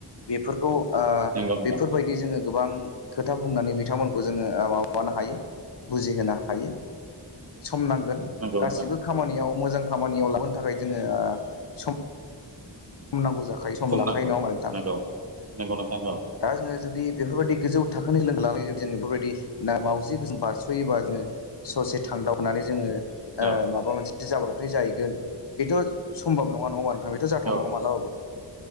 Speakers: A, on the left; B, on the right.
A: बेफोरखौ ओ
B: नंगौ नोंथां
A: बेफोरबायदि जोङो गोबां खोथा बुंनानै बिथांमोनखौ जोङो माबानो हायो बुजिहोनो हायो सम नांगोन
B: नंगौ
A: गासिबो
B: नोंथां
A: खामानियाव मोजां खामानियाव लाबोनो थाखाय जोङो सम सम नांगौ जाखायो सम लाखायो
B: नांगौ
A: नङा मारैथां
B: नंगौ नंगौ नोंथां औ
A: दा जोङो जुदि बेफोरबायदि गोजौ थाखोनि लोगो लानानै जुदि जोङो बेफोरबायदि ना मावजि गोसोम बारसयोबा जोङो ससे थां दावगानानै जोङो ओ
B: औ
A: माबा मोनसे जाब्रबथाय जाहैगोन बेथ सम्भब नङा नङबा नोंथां बेथ जाथ थ
B: औ
A: नङा मालाबाबो